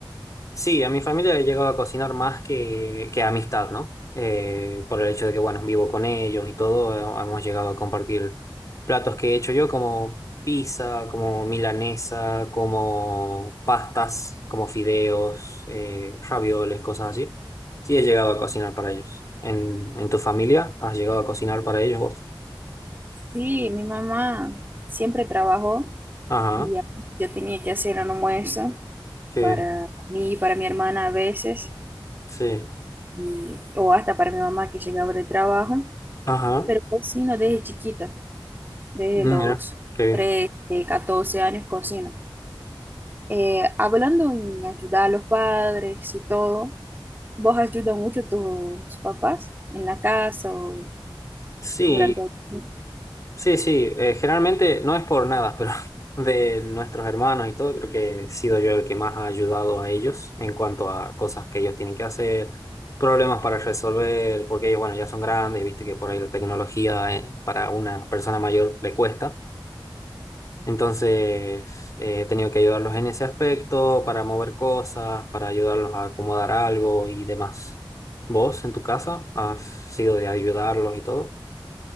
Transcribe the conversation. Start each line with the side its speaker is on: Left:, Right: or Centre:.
Left: Sí, a mi familia he llegado a cocinar más que, que amistad, ¿no? Eh, por el hecho de que, bueno, vivo con ellos y todo, eh, hemos llegado a compartir platos que he hecho yo, como pizza, como milanesa, como pastas, como fideos, eh, ravioles, cosas así. Sí, he llegado a cocinar para ellos. ¿En, en tu familia has llegado a cocinar para ellos vos?
Right: Sí, mi mamá siempre trabajó
Left: Ajá,
Right: y a- yo tenía que hacer un almuerzo
Left: qué
Right: para
Left: bien.
Right: mí y para mi hermana a veces,
Left: Sí.
Right: y- o hasta para mi mamá que llegaba de trabajo,
Left: Ajá,
Right: pero cocino desde chiquita. desde
Left: mira,
Right: los
Left: qué bien.
Right: trece, catorce años cocino. Eh, hablando en ayudar a los padres y todo, ¿vos ayudas mucho a tus papás en la casa o
Left: Sí.
Right: durante el...
Left: Sí, sí, eh, generalmente no es por nada, pero <laughs> de nuestros hermanos y todo, creo que he sido yo el que más ha ayudado a ellos en cuanto a cosas que ellos tienen que hacer, problemas para resolver, porque ellos, bueno, ya son grandes y viste que por ahí la tecnología, eh, para una persona mayor le cuesta. Entonces, eh, he tenido que ayudarlos en ese aspecto, para mover cosas, para ayudarlos a acomodar algo y demás. ¿Vos en tu casa has sido de ayudarlos y todo?